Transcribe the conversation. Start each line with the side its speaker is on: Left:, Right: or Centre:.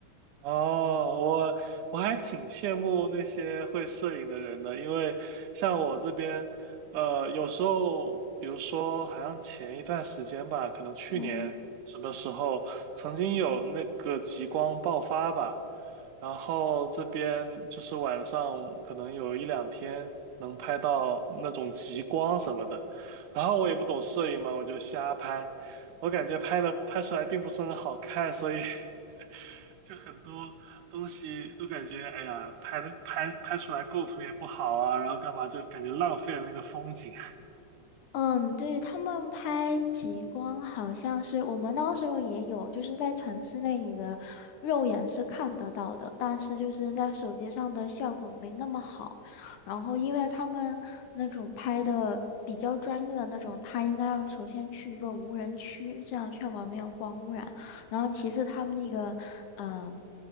Right: 哦，我我还挺羡慕那些会摄影的人的，因为像我这边，呃，有时候，比如说，好像前一段时间吧，可能去年什么时候，
Left: 嗯。
Right: 曾经有那个极光爆发吧，然后这边就是晚上可能有一两天能拍到那种极光什么的，然后我也不懂摄影嘛，我就瞎拍。我感觉拍的拍出来并不是很好看，所以 <laughs> 就很多东西都感觉，哎呀，拍的拍拍出来构图也不好啊，然后干嘛就感觉浪费了那个风景。
Left: 嗯，对，他们拍极光好像是我们那时候也有，就是在城市内你的肉眼是看得到的，但是就是在手机上的效果没那么好。然后因为他们那种拍的比较专业的那种，他应该要首先去一个无人区，这样确保没有光污染。然后其次他们那个，嗯。